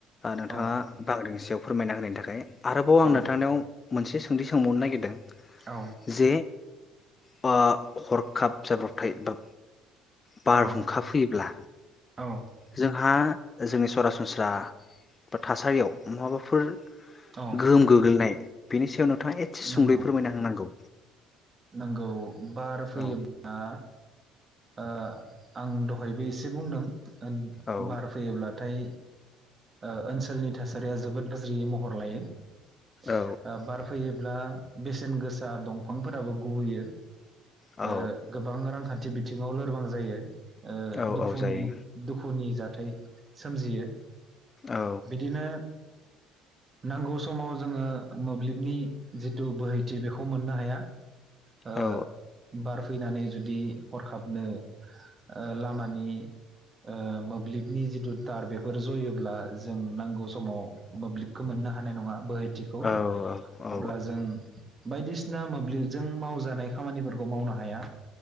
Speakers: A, on the left; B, on the right.
A: नोंथाङा
B: औ
A: बाग्रिंनिसायाव फोरमायना होनायनि थाखाय आरोबाव आं
B: औ
A: नोंथांनियाव मोनसे सोंथि सोंबावनो नागिरदों
B: औ
A: जे बा हरखाब जाब्रबथाय बा बारहुंखा
B: औ
A: फैयोब्ला
B: औ
A: जोंहा जोंनि सरासनस्रा बा थासारियाव माबाफोर
B: औ
A: गोहोम गोग्लैनाय बिनिस बेयाव नोंथाङा एसे सुंदै
B: नंगौ
A: फोरमायना होनांगौ
B: नंगौ बार फैयोब्ला
A: औ
B: आ आं दहायबो एसे बुंदों
A: औ
B: बार फैयोब्लाथाय ओ ओनसोलनि थासारिया जोबोद गाज्रियै महर लायो ओ
A: औ
B: बार फैयोब्ला बेसेन गोसा दंफां फोराबो गुबहैयो।
A: औ
B: ओ गोबां रांखान्थि थि बिथिङाव लोरबां जायो। ओ
A: औ
B: दुखुनि
A: औ जायो
B: दुखुनि जा। थाय सोमजियो।
A: औ
B: बिदिनो नांगौ समाव जोङो मोब्लिबनि जिथु बोहैथि बेखौ मोननो हाया ओ
A: औ
B: बार फैनानै जुदि हरखाबनो ओ लामानि ओ मोब्लिबनि जिथु तार बेफोर जयोब्ला जों नांगौ समाव मोब्लिबखौ मोननो हानाय नङा बोहाय थिखौ
A: औ औ
B: अब्ला जों बायदिसिना मोब्लिब जों मावजानाय खामानिफोरखौ मावनो हाया।